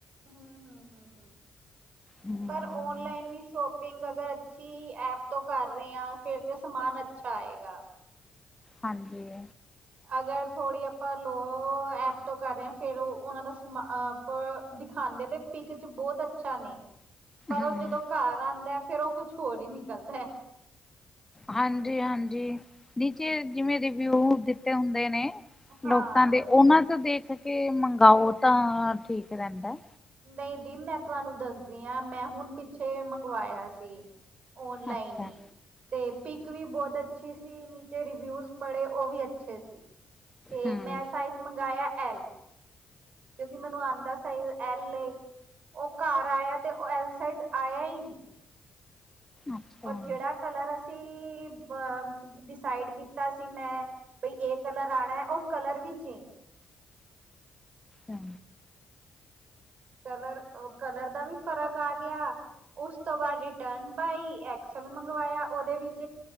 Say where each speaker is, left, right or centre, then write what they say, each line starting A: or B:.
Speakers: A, on the right; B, on the left.
A: ਹਮ <unintelligible>
B: ਹੂੰ
A: ਪਰ ਓਨਲਾਈਨ ਵੀ ਸ਼ੋਪ ਅਗਰ ਅੱਛੀ ਐਪ ਤੋਂ ਕਰ ਰਹੇ ਹਾਂ ਫੇਰ ਤੇ ਸਮਾਨ ਅੱਛਾ ਆਏਗਾ।
B: ਹਾਂਜੀ।
A: ਅਗਰ ਥੋੜ੍ਹੀ ਆਪਾਂ ਲੋ ਐਪਤੋਂ ਕਰ ਰਹੇ ਹਾਂ, ਫਿਰ ਉਹ ਉਹਨਾਂ ਦਾ ਸਮਾ ਦਿਖਾਉਂਦੇ ਤਾਂ। ਪਿਕ ਚ ਬਹੁਤ ਅੱਛਾ ਨੇ, ਪਰ
B: ਹੂੰ
A: ਉਹ ਜਦੋਂ ਘਰ ਆਉਂਦਾ ਫਿਰ ਉਹ ਕੁਛ ਹੋਰ ਹੀ ਨਿਕਲਦਾ
B: ਹਾਂਜੀ ਹਾਂਜੀ ਨੀਚੇ ਜਿਵੇਂ ਰਿਵਿਊ ਦਿੱਤੇ ਹੁੰਦੇ ਨੇ
A: ਹਾਂ
B: ਲੋਕਾਂ ਦੇ ਉਹਨਾਂ ਤੋਂ ਦੇਖ ਕੇ ਮੰਗਾਓ ਤਾਂ ਠੀਕ ਰਹਿੰਦਾ।
A: ਨਹੀਂ ਦੀ ਮੈਂ ਤੁਹਾਨੂੰ ਦੱਸਦੀ ਆ। ਮੈਂ ਹੁਣ ਪਿੱਛੇ ਮੰਗਵਾਇਆ ਸੀ। ਔਨਲਾਈਨ
B: ਅੱਛਾ
A: ਈ। ਤੇ ਪਿਕ ਵੀ ਬਹੁਤ ਅੱਛੀ ਸੀ, ਨੀਚੇ ਰਿਵਿਊਜ਼ ਪੜ੍ਹੇ ਉਹ ਵੀ ਅੱਛੇ ਸੀ। ਤੇ
B: ਹੂੰ
A: ਮੈਂ ਸਾਈਜ਼ ਮੰਗਵਾਆ ਐਲ ਕਿਉਂਕਿ ਮੈਨੂੰ ਆਉਂਦਾ ਸਾਈਜ਼ ਐਲ ਏ। ਉਹ ਘਰ ਆਇਯਾ ਤੇ ਉਹ ਐਲ ਸਾਈਜ਼ ਆਇਆ ਹੀ ਨਹੀ।
B: ਅੱਛਾ
A: ਔਰ ਜਿਹੜਾ ਕਲਰ ਅਸੀਂ ਬ ਡਿਸਾਈਡ ਕੀਤਾ ਸੀ ਮੈਂ, ਬਈ ਇਹ ਕਲਰ ਆਣਾ ਓ ਕਲਰ ਵੀ ਚੇਂਜ
B: ਹਾਂ
A: ਕਲਰ, ਕਲਰ ਦਾ ਵੀ ਫ਼ਰਕ ਆ ਗਿਆ। ਉਸ ਤੋਂ ਬਾਅਦ ਰਿਟਰਨ ਪਾਈ, ਐਕਸਲ ਮੰਗਵਾਇਆ ਉਹਦੇ ਵਿੱਚ